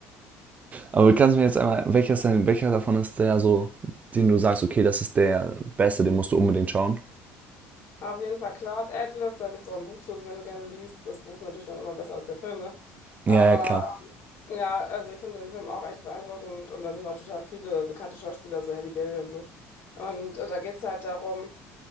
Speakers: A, on the right; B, on the left.
A: Aber kannst du mir jetzt einmal, welcher, ist denn, welcher davon ist der so, den du sagst, okay, das ist der beste, den musst du unbedingt schauen?
B: Auf jeden Fall Cloud Atlas, da gibt es auch ein Buch zu, also wenn du gerne liest. Das Buch ist natürlich dann immer besser als der Film, ne?
A: Ja,
B: Aber
A: ja, klar.
B: ähm, ja, also ich finde den Film auch echt beeindruckend und da sind auch total viele bekannte Schauspieler, so Halle Berry und so. Und äh, da geht es halt darum,